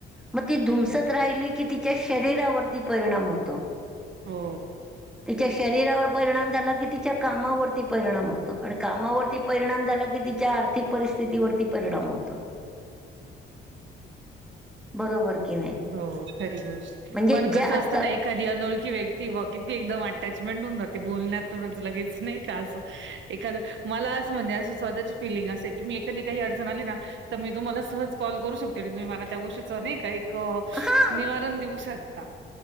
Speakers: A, in the centre; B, on the right.
A: मग ती धुमसत राहिली की, तिच्या शरीरावरती परिणाम होतो.
B: हो.
A: तिच्या शरीरावर परिणाम झाला की, तिच्या कामावरती परिणाम होतो. आणि कामावरती परिणाम झाला की, तिच्या आर्थिक परिस्थितीवरती परिणाम होतो.
B: <inaudible>
A: बरोबर की नाही?
B: हो खरी गोष्ट.
A: म्हणजे
B: पण कसं
A: जे आता
B: असत ना, एक एखादी अनोळखी व्यक्ती बुवा, किती एकदम अटॅचमेंट होऊ जाते. बोलण्यात थोडंच लगेच. नाही का? असं एखादं, मला असं म्हणजे अशी, स्वतःची फिलिंग असे की, मी एखादी काही अडचण आली ना तर मी तुम्हाला सहज कॉल करू शकते. मनातल्या मला त्या गोष्टीचं, नाही का एक क,
A: हा
B: निवारण देऊ शकता.